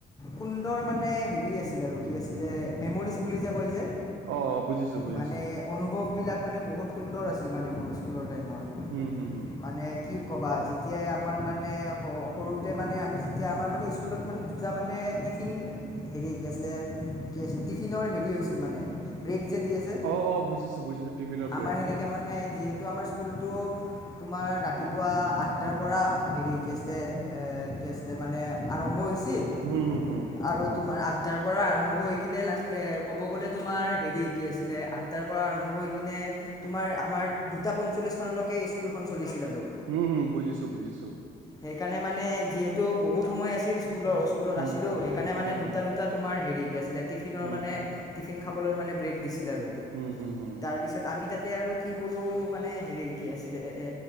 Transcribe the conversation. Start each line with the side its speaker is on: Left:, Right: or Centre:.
Left: সুন্দৰ মানে হেৰি আছিল আৰু কি আছিলে মেমৰিজ বুলি যে কয় যে।
Right: অ বুজিছো বুজিছো
Left: মানে অনুভৱবিলাক মানে বহুত সুন্দৰ আছিল মানে মোৰ স্কুলৰ টাইমৰ।
Right: হম হুম-হুম
Left: মানে কি ক'বা যেতিয়াই আমাৰ মানে হ সৰুতে মানে আমি যেতিয়া আমাৰ মানে স্কুলত মানে দুটা মানে টিফিন হেৰি কি আছিলে কি আছিল টিফিনৰ হেৰি হৈছিল মানে ব্ৰেক যে দিয়ে যে
Right: অ'-অ' বুজিছোঁ-বুজিছোঁ টিফিনৰ
Left: আমাৰ
Right: ব্ৰেকটো।
Left: সেনেকৈ মানে যিহেতু আমাৰ স্কুলটো তোমাৰ ৰাতিপুৱা আঠটাৰ পৰা হেৰি কি আছিলে এ কি আছিলে মানে আৰম্ভ হৈছিল।
Right: হুম-হুম-হুম।
Left: আৰু তোমাৰ আঠটাৰ পৰা আৰম্ভ হৈ কিনে লাগ ক'ব গ'লে তোমাৰ হেৰি কি আছিলে আঠ আঠটাৰ পৰা আৰম্ভ হৈ কিনে তোমাৰ আমাৰ দুটা পঞ্চল্লিছ মানলৈকে স্কুলখন চলিছিল আৰু।
Right: উম-উম বুজিছোঁ-বুজিছোঁ।
Left: সেইকাৰণে মানে যিহেতু বহুত সময় আছিল স্কুলৰ স্কুলত
Right: হুম
Left: আছিলোঁ
Right: হুম
Left: সেইকাৰণে
Right: হুম
Left: মানে দুটা-দুটা দুটা তোমাৰ হেৰি কি আছিলে টিফিনৰ
Right: হুম
Left: মানে
Right: হুম হুম
Left: টিফিন খাবলৈ মানে ব্ৰেক দিছিল আৰু।
Right: উম হুম হুম
Left: তাৰ পিছত আমি তাতে আৰু কি কি কৰোঁ মানে হেৰি কি আছিলে এ